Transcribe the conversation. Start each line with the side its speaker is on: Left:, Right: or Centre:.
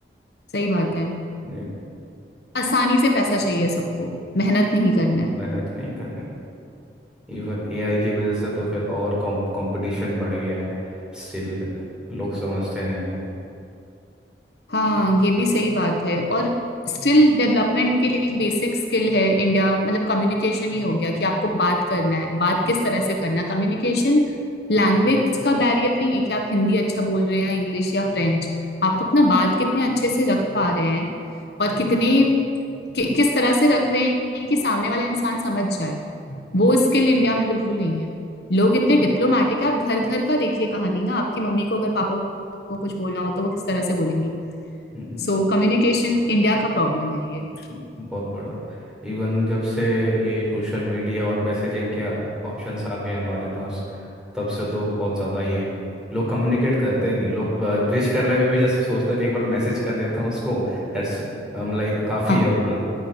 Left: सही बात है
Centre: ये
Left: आसानी से पैसा चाहिए सबको मेहनत नहीं करना है
Centre: मेहनत नहीं करनी इवन एआई की वजह से तो फिर और कंपटीशन बढ़ गया है स्टिल लोग समझते नहीं है
Left: हाँ ये भी सही बात है और स्किल डेवलपमेंट के लिए एक बेसिक स्किल है इंडिया मतलब कम्युनिकेशन ही हो गया कि आपको बात करना है बात किस तरह से करना है कम्युनिकेशन लैंग्वेज
Centre: हम्म,
Left: का बैरियर नहीं है कि आप हिंदी अच्छा बोल रहे हैं या इंग्लिश या फ्रेंच आप अपना बात कितने अच्छे से रख पा रहे हैं और कितने कि, किस तरह से रख रहे हैं कि सामने वाला इंसान समझ जाए वो स्किल इंडिया में बिल्कुल नहीं है लोग इतने डिप्लोमेटिक है आप घर घर का देखिए कहानी ना आपकी मम्मी को अगर पापा को कुछ बोलना हो तो वो किस तरह से बोलेंगी
Centre: बिल्कुल।
Left: सो कम्युनिकेशन इंडिया का प्रॉब्लम है ये
Centre: बहुत बड़ा इवन जब से ये सोशल मीडिया और मैसेजिंग के ऑप्शंस आ गए हमारे पास तब से तो बहुत ज़्यादा ही है लोग कम्युनिकेट करते नहीं है लोग विश करने में भी जस्ट सोचते हैं कि एक बार मैसेज कर देता हूँ उसको दैट्स लाइक काफ़ी
Left: हाँ
Centre: है उतना